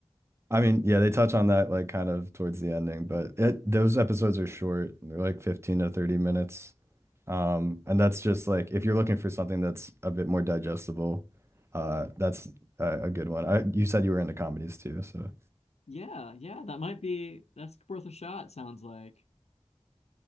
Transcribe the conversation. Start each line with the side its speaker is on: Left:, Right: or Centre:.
Right: I mean, yeah, they touch on that like kind of towards the ending, but it those episodes are short. They're like 15 to 30 minutes. Um, and that's just like if you're looking for something that's a bit more digestible, uh, that's a, a good one. I, you said you were into comedies too, so
Left: Yeah, yeah, that might be that's worth a shot, sounds like.